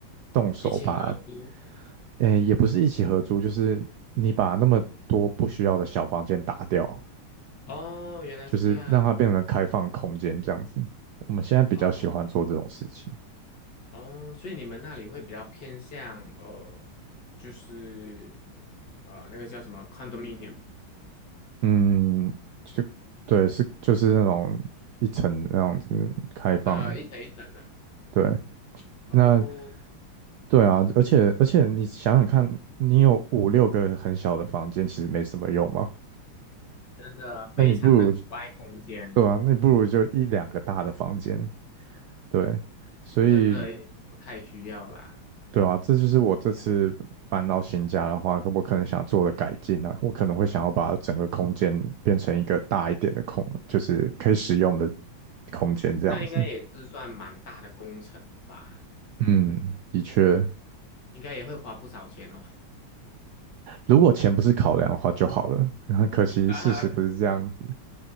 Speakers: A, on the right (about 80°); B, on the left (about 55°).
A: 动手把，
B: 一起合租。
A: 哎，也不是一起合租，就是你把那么多不需要的小房间打掉。
B: 哦，原来是这样。
A: 就是让它变成开放空间这样子。我们现在比较喜欢做这种事情，
B: 哦。哦，所以你们那里会比较偏向呃，就是呃那个叫什么 condominium，
A: 嗯，就对，是就是那种一层那样子开放，
B: 呃一层一层的。
A: 对，
B: 哦，
A: 那对啊，而且而且你想想看，你有五六个很小的房间，其实没什么用嘛，
B: 真的非常的阻碍空间，
A: 那你不如对啊，那你不如就一两个大的房间，对，所以
B: 真的不太需要啦。
A: 对啊，这就是我这次搬到新家的话，我可能想做的改进啊，我可能会想要把整个空间变成一个大一点的空，就是可以使用的空间这样子。
B: 那应该也是算蛮大的工程吧，
A: 嗯，的确，
B: 应该也会花不少钱哦。
A: 如果钱不是考量的话就好了。<laughs> 可惜，
B: <laughs>
A: 事实不是这样子。
B: 啊，